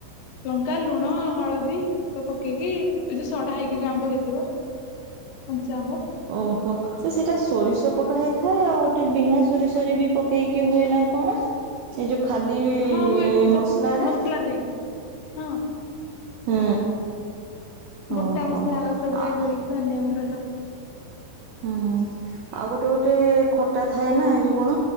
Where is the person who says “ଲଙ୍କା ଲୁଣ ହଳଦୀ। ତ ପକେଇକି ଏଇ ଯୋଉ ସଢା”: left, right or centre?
Left